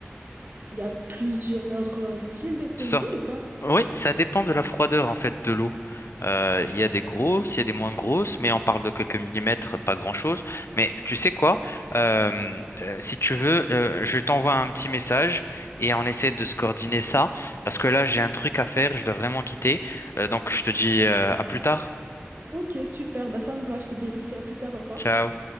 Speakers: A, on the right; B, on the left.
A: il y a plusieurs euh, styles de combi
B: Sorte.
A: ou pas?
B: Oui, ça dépend de la froideur, en fait, de l'eau. Euh, Il y a des grosses, il y a des moins grosses, mais on parle de quelques millimètres, pas grand-chose. Mais tu sais quoi? Euh, euh, si tu veux, euh, je t'envoie un petit message et on essaie de se coordonner ça, parce que là, j'ai un truc à faire, je dois vraiment quitter. Euh, donc, je te dis, euh, à plus tard.
A: Ok, super. Bah ça me va. Je te dis aussi à plus tard. Au revoir.
B: Ciao.